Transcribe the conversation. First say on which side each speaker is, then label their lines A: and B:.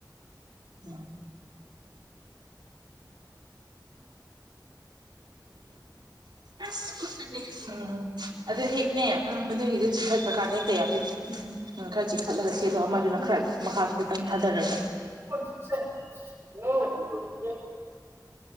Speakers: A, on the right; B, on the right.
A: ꯎꯝ ꯑꯁ ꯀꯅꯤ <unintelligible> ꯎꯝ ꯑꯗꯨ ꯍꯦꯛꯅꯦ ꯃꯅꯨꯡꯒꯤꯗꯣ ꯆꯤꯡꯈꯠꯈꯔꯒꯥꯟꯗ ꯍꯦꯛꯇ ꯌꯥꯗꯣꯏꯅꯦ ꯎꯝ ꯎꯝ ꯈꯔ ꯆꯤꯡꯈꯠꯂꯒ ꯁꯦꯠꯗꯣ ꯑꯃꯗꯨꯅ ꯈꯔ ꯃꯈꯥ ꯈꯤꯇꯪ ꯊꯥꯗꯔꯒꯦ
B: ꯀꯁꯤ <unintelligible> ꯍ <unintelligible>